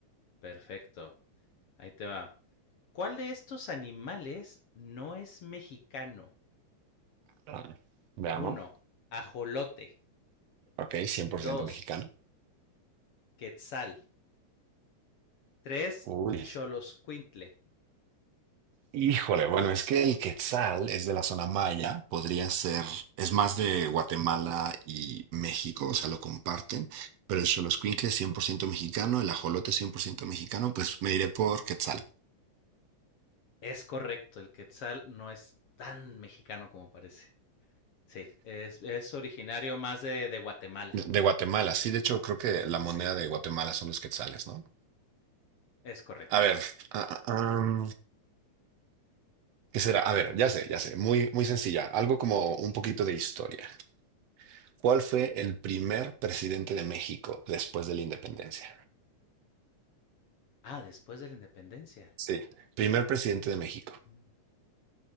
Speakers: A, on the left (about 55°); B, on the right (about 65°).
A: Perfecto. Ahí te va. ¿Cuál de estos animales no es mexicano?
B: Ah, veamos.
A: Uno, Ajolote.
B: Ok, 100%
A: 2,
B: mexicano.
A: Quetzal. 3.
B: Uy.
A: Choloscuintle.
B: Híjole, bueno, es que el Quetzal es de la zona maya, podría ser, es más de Guatemala y México, o sea, lo comparten, pero el Xoloscuincle es 100% mexicano, el ajolote es 100% mexicano, pues me iré por Quetzal.
A: Es correcto, el quetzal no es tan mexicano como parece. Sí, es, es originario más de, de Guatemala.
B: De de Guatemala, sí, de hecho creo que la moneda
A: Sí,
B: de Guatemala son los quetzales, ¿no?
A: es correcto.
B: A ver, ah, ah, am, ¿qué será? A ver, ya sé, ya sé, muy, muy sencilla, algo como un poquito de historia. ¿Cuál fue el primer presidente de México después de la independencia?
A: Ah, después de la independencia.
B: Sí, primer presidente de México.
A: Mm.